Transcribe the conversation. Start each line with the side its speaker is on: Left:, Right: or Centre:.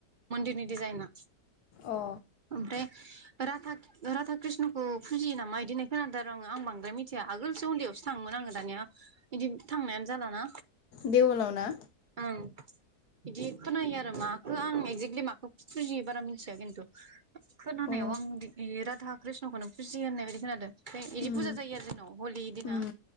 Right: मन्दिरनि डिजाइना
Left: अ
Right: ओमफ्राय रा राधा कृष्णखौ फुजियो नामा? मा बिदिनाय खोनादों आङो आं बांद्राय मिथिया आगोलसो उन्दैयावसो थाङोमोन आङो दानिया बिदि थांनायानो जाालाना।
Left: देवलाव ना
Right: ओम इदि खोनायो आरो माखौ आं एक्जेक्टलि माखौ फुजियो बारा <unintelligible> मिथिया खिन्थु खोनानायाव
Left: अ
Right: आं राधा कृष्णखौनो फुजि होननाबायदि खोनादों। बिदि
Left: उम
Right: फुजा जायो आरो जेन हलि दिना
Left: उम